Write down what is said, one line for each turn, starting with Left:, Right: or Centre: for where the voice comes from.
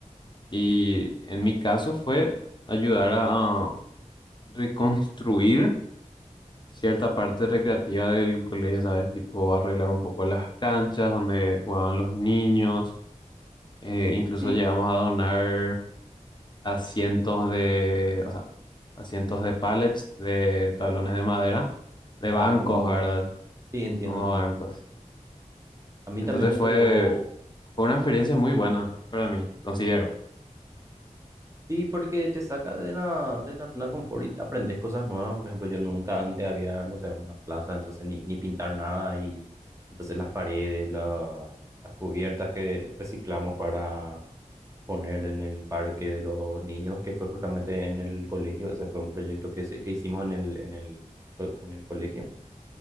Left: y en mi caso fue ayudar a a reconstruir cierta parte recreativa del colegio, ¿sabes? Tipo arreglar un poco las canchas donde jugaban los niños, eh, incluso
Right: Sí,
Left: llegamos a donar asientos de, o sea, asientos de pallets, de tablones de madera de
Right: ah,
Left: bancos,
Right: como,
Left: ¿verdad?
Right: sí, entiendo,
Left: como
Right: entiendo.
Left: bancos.
Right: A mí
Left: Entonces
Right: también me
Left: fue,
Right: tocó, me
Left: fue una experiencia muy buena para mí, considero.
Right: Sí, porque te saca de la, de la zona de confort y te aprendes cosas nuevas. Por ejemplo, yo nunca antes había hermoseado una plaza, entonces ni, ni pintar nada. Y entonces las paredes, la- las cubiertas que reciclamos para poner en el parque de los niños, que fue justamente en el colegio. Ese fue un proyecto que, se- que hicimos en el, en el, en el colegio.